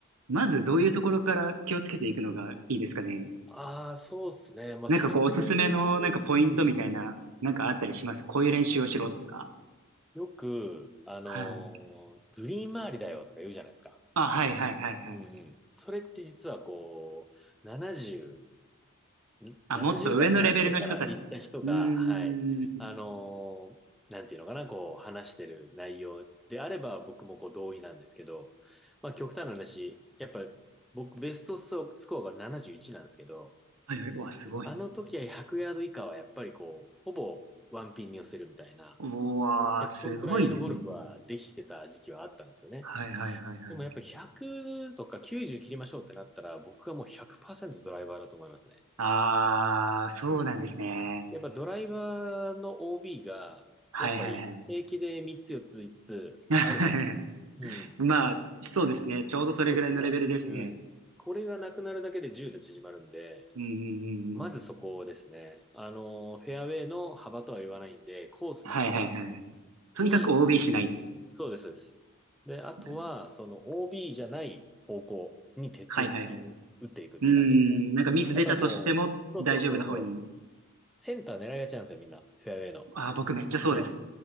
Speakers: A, on the right; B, in the centre.
A: まずどういうところから気をつけていくのがいいですかね。
B: ああ、そうっすね。まあ、
A: なんかこう、
B: 100、
A: おすすめのなんかポイントみたいな、
B: うんうん。
A: なんかあったりしますこういう練習をしろとか。
B: よく、あの
A: はい。
B: ーグリーン周りだよとか言うじゃないですか。
A: あ、はいはいはいはい。
B: うんうん。それって実はこう、70
A: あ、
B: 70代になってから行った人が、
A: もっと上のレベルの人たち。うーん。
B: はい、あのーなんていうのかな、こう話してる内容であれば僕もこう同意なんですけど、まあ極端な話、やっぱ僕ベストスコアが71なじゅういちなんですけど、
A: はいはい。うわ、すごい。
B: あの時は100ヤード以下はやっぱりこう、ほぼワンピンに寄せるみたいな、
A: うわー、
B: やっぱそんくらいのゴルフはできてた時期はあったんですよね。
A: すごいですね。はいはいはいはい。
B: でもやっぱ100とか90切りましょうってなったら僕はもう100%ドライバーだと思いますね。
A: あー、そうなんですね。
B: うんやっぱドライバーの OB が、
A: はいはいは
B: やっぱり平気で3つ、4つ、5つつあると思うんですよ。
A: い。<laughs>
B: うん。
A: まあ、そうですね。ちょうどそれぐらいのレベルですね。
B: そうですね。うん。これがなくなるだけで10で縮まるんで、
A: うんうんうんうん。
B: まずそこですね。あの、フェアウェイの幅とは言わないんで、コースの幅
A: はいはいはいはい。とにかく
B: に、
A: OB しない
B: そうです、そうです。で、あとは、
A: なる
B: その OB じゃない方向に徹底的に打っていくって感じですね。
A: はいはいはい。うーん、なんかミス出たとしても大丈夫な方に。
B: やっぱこう、そうそうそうそう、センター狙いがちなんですよ、みんな。フェアウェイの。
A: ああ僕めっちゃそうです。
B: ね、